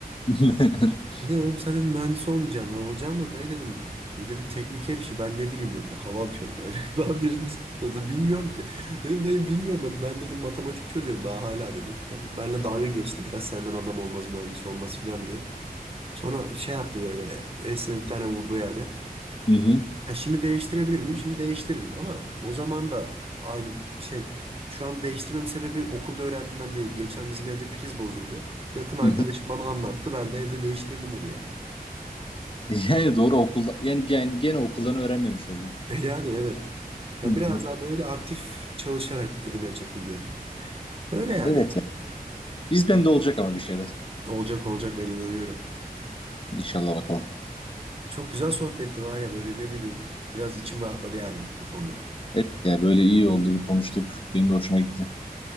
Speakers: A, on the left (about 35°); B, on the right (about 35°).
A: <laughs>
B: Dedi oğlum sen dedim mühendis olmayacaksın. Ben olacağım da dayı dedim. Bu dedim teknik her işi ben ne bileyim diyorum. Bir de hava atıyorum böyle. <laughs> Daha birinci sınıfta bilmiyorum ki. Dedim dayı bilmiyorum ben. Ben dedim matematik çözüyorum daha hala dedim falan. Benle dalga geçti biraz senden adam olmaz mühendis olmaz falan diye. Sonra şey yaptı böyle. Esme bir tane vurdu yani.
A: Hı hı.
B: Ha, şimdi değiştirebilir miyim? Şimdi değiştiririm ama o zaman da aynı şey. Şu an değiştirmemin sebebi okulda öğrendiğimden değil. Geçen bizim evde priz bozuldu. Yakın arkadaşım
A: Hı hı.
B: bana anlattı. Ben de evde değiştirdim onu yani.
A: Yani doğru okulda yani gen, gene okuldan öğrenmemiş oldum.
B: <laughs> Yani evet. Ya
A: Hı hı.
B: biraz daha böyle aktif çalışarak edinilecek bilgiler. Öyle yani.
A: Evet ya. Bizden de olacak ama bir şeyler.
B: Olacak olacak ben inanıyorum.
A: İnşallah bakalım.
B: Çok güzel sohbetti var ya böyle ne bileyim. Biraz içim rahatladı yani bu konuda.
A: Evet ya böyle iyi oldu bir konuştuk. Benim de hoşuma gitti.